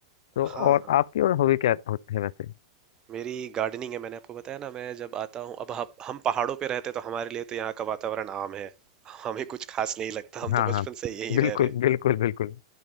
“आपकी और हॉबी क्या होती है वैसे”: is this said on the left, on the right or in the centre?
Left